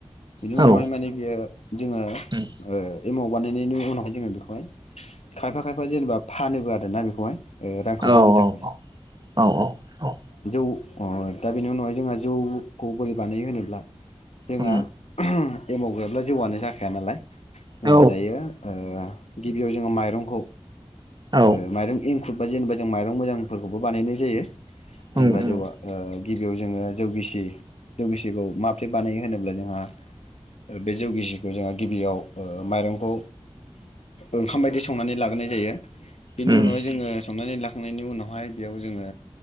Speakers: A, on the left; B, on the right.
A: बिनि
B: औ
A: उनावहाय माने बियो जोङो
B: उम
A: ओ एमाव बानायनायनि उनावहाय जोङो बेखौहाय खायफा खायफा जेनेबा फानोबो आरोना बेखौहाय। रांखावरिनि
B: औ
A: दां
B: औ औ औ
A: उ अ दा बेनि उनावहाय जोंहा जौखौ बोरै बानायो होनोब्ला? जोंहा
B: उम
A: <unintelligible> एमाव गैयाब्ला जौआनो जाखाया नालाय। जोङो
B: औ
A: दायो ओ गिबियाव जोङो माइरंखौ
B: औ
A: ओ माइरं इन खुरबा जेनेबा जों माइरं मोजां फोरखौबो बानायनाय जायो।
B: उम
A: जेनेबा
B: उम
A: जौवआ ओ गिबियाव जोङो जौगिसि जौगिसिखौ माब्रै बानायो होनोब्ला जोंहा बे जौगिसिखौ जोंहा गिबियाव ओ माइरंखौ ओंखाम बायदि संनानै लागोरनाय जायो। बेनि
B: उम
A: उनावहाय जोङो संनानै लाख थांनायनि उनाव बेहाय बेयाव जोङो